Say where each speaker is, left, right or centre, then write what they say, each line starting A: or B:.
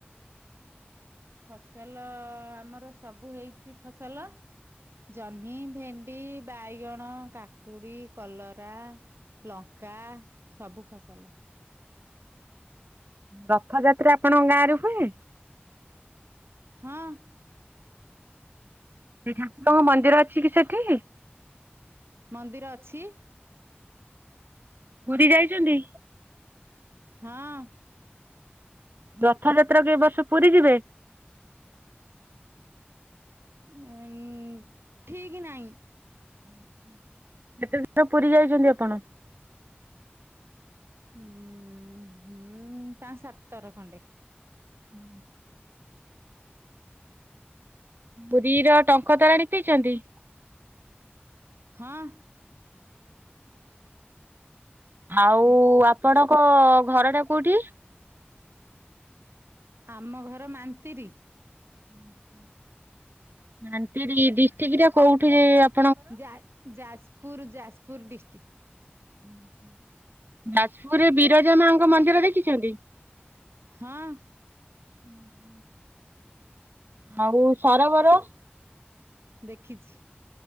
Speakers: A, on the right; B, on the right.
A: ଫସଲ ଆମର ସବୁ ହେଇଚି ଫସଲ। ଜହ୍ନି, ଭେଣ୍ଡି, ବାଇଗଣ, କାକୁଡି, କଲରା। ଲଙ୍କା ସବୁ ଫସଲ।
B: ରଥଯାତ୍ରା ଆପଣଙ୍କ ଗାଁ ରେ ହୁଏ?
A: ହଁ।
B: ସେ ଠାକୁରଙ୍କ ମନ୍ଦିର ଅଛି କି ସେଠି?
A: ମନ୍ଦିର ଅଛି।
B: ପୁରୀ ଯାଇଛନ୍ତି?
A: ହଁ।
B: ରଥଯାତ୍ରାକୁ ଏବର୍ଷ ପୁରୀ ଯିବେ?
A: ଉଁ ମ୍ ଠିକ ନାଇଁ।
B: <inaudible> କେତେ ଦିନ ପୁରୀ ଯାଇଚନ୍ତି ଆପଣ?
A: ହୁଁ ହୁଁ ପାଆଁ ସାତ୍ ତର ଖଣ୍ଡେ।
B: ହୁଁ। ପୁରୀର ଟଙ୍କ ତୋରାଣି ପିଇଚନ୍ତୀ?
A: ହଁ।
B: ଆଉ
A: ପିଇଚି।
B: ଆପଣଙ୍କ ଘର ଟା କୋଉଠି?
A: ଆମ ଘର ମାନ୍ତିରି।
B: ହୁଁ ହୁଁ। ମନ୍ତିରି ଡିଷ୍ଟ୍ରିକ୍ଟରେ କୋଉଠିରେ ଆପ
A: ଯା ଯାଜପୁର ଯାଜପୁର ଡିଷ୍ଟ୍ରିକ୍।
B: <inaudible> ଯାଜପୁରରେ ବିରଜା ମାଙ୍କ ମନ୍ଦିର ଦେଖିଛନ୍ତି?
A: ହଁ।
B: ହୁଁ ହୁଁ। ଆଉ ସରବର?
A: ଦେଖିଚି।